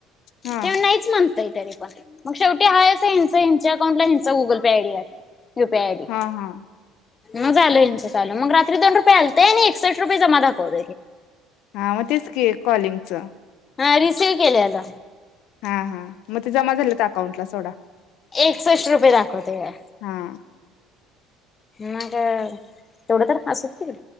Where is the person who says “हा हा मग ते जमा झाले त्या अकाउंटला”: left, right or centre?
Left